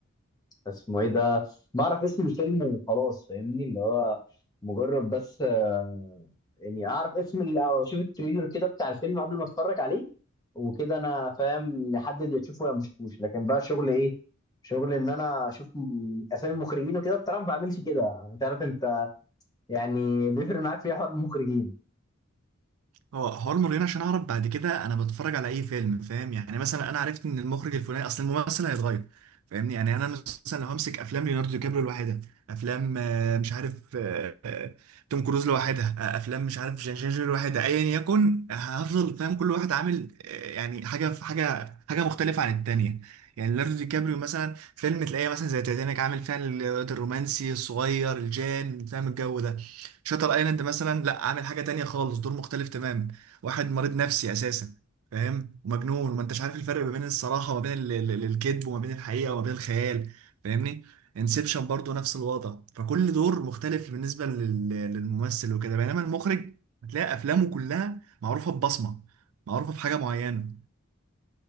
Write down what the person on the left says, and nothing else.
اسمه ايه ده بعرف اسم الفيلم وخلاص فاهمني اللي هو مجرد بس آه، يعني اعرف اسم ال- او اشوف التريلر كده بتاع الفيلم قبل ما اتفرج عليه وكده انا فاهم نحدد يا تشوفه يا ما اشوفوش لكن بقى شغل ايه شغل ان انا اشوف م- اسامي المخرجين وكده بصراحه ما بعملش كده انت عارف انت يعني بيفرق معاك في إيه حوار المخرجين